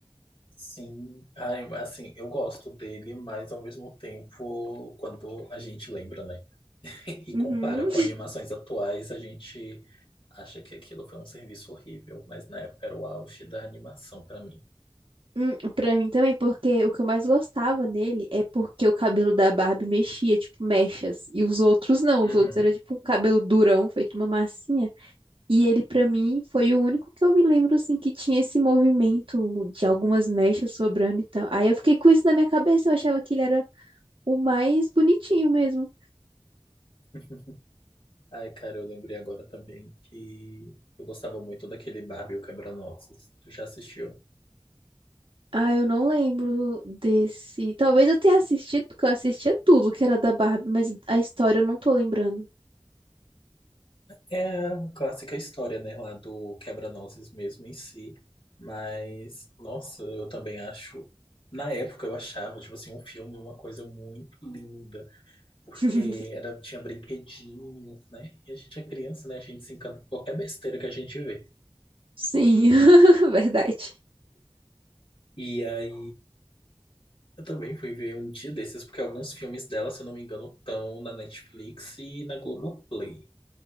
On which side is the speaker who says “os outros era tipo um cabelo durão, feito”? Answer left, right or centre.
Right